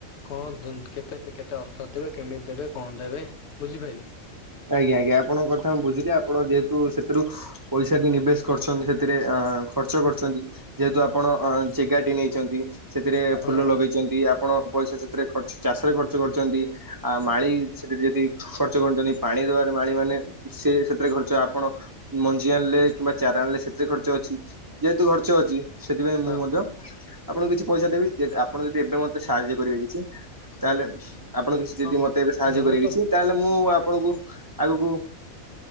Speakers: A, on the left; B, on the right.
A: କଣ ଦୁନ୍ କେତେ କେତେ ଅର୍ଥ ଦେବେ କେମିତି ଦେବେ କଣ ଦେବେ ବୁଝିପାଇଲେ।
B: ଆଜ୍ଞା ଆଜ୍ଞା ଆପଣଙ୍କ କଥା ମୁଁ ବୁଝିଲି, ଆପଣ ଯେହେତୁ ସେଥିରୁ ପଇସାଟି ନିବେଶ କରଛନ୍ତି ସେଥିରେ ଆ, ଖର୍ଚ୍ଚ କରୁଛନ୍ତି ଯେହେତୁ ଆପଣ ଅ, ଚେଗାଟି ନେଇଛନ୍ତି ସେଥିରେ ଫୁଲ
A: ହଁ
B: ଲଗେଇ ଚନ୍ତି ଆପଣ ପଇସା ସେଥିରେ ଖର୍ଚ୍ଚ ଚାଷରେ ଖର୍ଚ୍ଚ କରିଛନ୍ତି। ଆ, ମାଳି ସେଠି ଯଦି ଖର୍ଚ୍ଚ କରିଚନ୍ତି। ପାଣି ଦବାରେ ମାଳି ମାନେ ସେ ସେଥିରେ ଖର୍ଚ୍ଚ, ଆପଣ ମଞ୍ଜି ଆଣିଲେ କିମ୍ବା ଚାରା ଆଣିଲେ ସେ ଥିରେ ଖର୍ଚ୍ଚ ଅଛି, ଯେହେତୁ ଖର୍ଚ୍ଚ ଅଛି ସେଥିପାଇଁ
A: ହଁ
B: ମୁଁ ମଧ୍ୟ ଆପଣ କିଛି ପଇସା ଦେବେ କି ଏଟ୍ ଆପଣ ଯଦି ଏବେ ମୋତେ ସାହାଯ୍ୟ କରିବେ କିଛି ତାହେଲେ ଆପଣ କିଛି ଯଦି
A: ହଁ
B: ମୋତେ ଏବେ ସାହାଯ୍ୟ
A: ମୁଁ
B: କରିବେ
A: ତ
B: କିଛି, ତାହେଲେ ମୁଁ ଆପଣଙ୍କୁ ଆଗକୁ